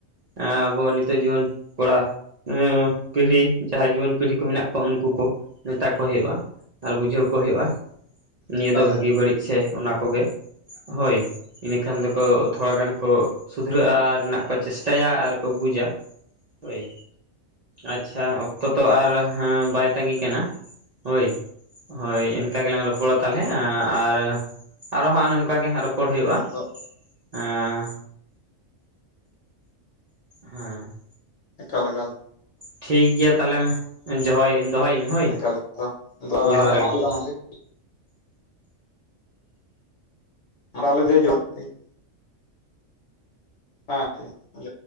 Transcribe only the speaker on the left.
ᱮᱠᱟᱞ
ᱮᱠᱟᱞ
ᱟᱫᱚ
ᱮᱠᱟᱞᱼᱮᱠᱟᱞ
ᱮᱠᱟᱞ ᱮᱠᱟᱞ
ᱟᱨᱚ ᱧᱟᱯᱟᱢ
ᱦᱩᱭᱩᱜᱼᱟ
ᱱᱚᱝᱠᱟ ᱜᱮ ᱛᱟᱦᱚᱞᱮ ᱫᱮ <unintelligible> ᱦᱮᱸ ᱴᱷᱤᱠ ᱡᱚᱦᱟᱨ᱾